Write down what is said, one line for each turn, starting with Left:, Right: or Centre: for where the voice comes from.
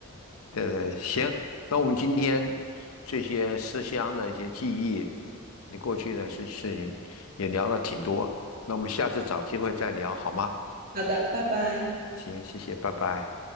Left: 对对，行，那我们今天这些思乡的一些记忆，你过去的事事情也聊了挺多，那我们下次找机会再聊好吗？
Right: <laughs> 好的，拜拜。
Left: 行，谢谢，拜拜。